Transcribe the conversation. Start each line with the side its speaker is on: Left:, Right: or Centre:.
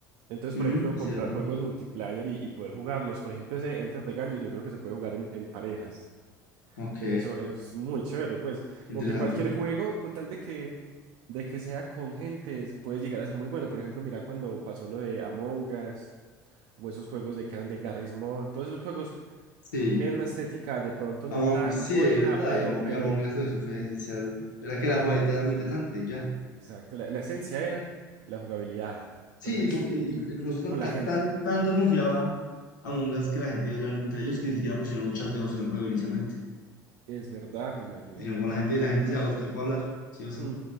Right: Entonces,
Left: Ujú,
Right: por ejemplo, comprar
Left: es cierto.
Right: juegos multiplayer y, y poder jugarlos. Por ejemplo, ese Enter the Gungeon yo creo que se puede jugar en, en parejas.
Left: Ok,
Right: Entonces, eso, eso es muy chévere, pues.
Left: interesante.
Right: Como que cualquier juego, con tal de que, de que sea con gente, es- puede llegar a ser muy bueno. Por ejemplo, mira cuando pasó lo de Among Us, o esos juegos de que eran de Garry's Mod, todos esos juegos
Left: Sí.
Right: tienen una estética de pronto
Left: Among,
Right: no tan
Left: sí,
Right: buena,
Left: es verdad,
Right: pero,
Left: y Among,
Right: pero,
Left: y Among Us lo hizo, fue esencial. Era que
Right: ajá,
Left: la jugabilidad era muy interesante y ya.
Right: exacto. La, la esencia era la jugabilidad. Entonces,
Left: Sí, porque in- incluso tan,
Right: con
Left: tan,
Right: la gente.
Left: tan- tanto confiaba Among Us que la gente iba a hablar entre ellos que ni siquiera pusieron un chat de voz en el juego inicialmente.
Right: Es verdad, imagínate.
Left: Dijeron, como la gente, la gente se va a gustar para hablar, sí o sí.
Right: Mm,